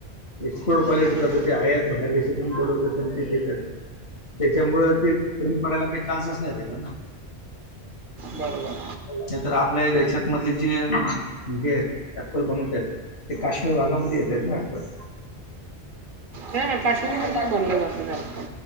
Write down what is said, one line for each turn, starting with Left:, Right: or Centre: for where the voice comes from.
Left: एक्सपोर्ट क्वालिटीचा
Right: हम्म.
Left: तर ते आयात बाहेर देशातून बोलवतात त्यांना ते देतात. त्याच्यामुळ ते कमी पडायला काही चान्सच नाही राहिलं ना.
Right: बरोबर.
Left: छत्र आपल्या हेच्यात मधले जे घे अप्पल बनवतायत. ते काश्मीर भागामध्ये येतेत ना अप्पल.
Right: हम. काश्मीरमध्येच
Left: हा काकडी
Right: बनले जातेत अँपल.